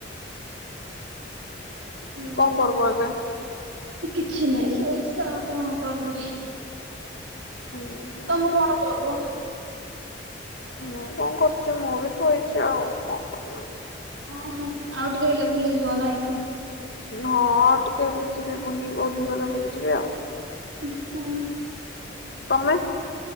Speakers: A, on the right (about 85°); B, on the left (about 60°).
A: ହୁଁ
B: କଣ କରିବ ଏବେ?
A: କିଛି ନାହିଁ ଶୋଇଛି ତ ଆଉ କଣ କରିବି?
B: ହୁଁ। ହୁଁ
A: ତମେ କଣ କରିବ?
B: ମୁଁ କଣ କରୁଛି ମୁଁ ବି ଶୋଇଛି ଆଉ କଣ କରିବି?
A: ଓହୋ ଆଉ ଟିକେ ହେଲେ ବୁଲିଯିବ ନାଇଁ କି?
B: ହଁଉ ଟିକେ ହେଲେ ଯିବେ ବୁଲି ବୁଲି ଗଲେ ବୁଲି ଯିବେ ଆଉ।
A: ହଁ।
B: ତମେ?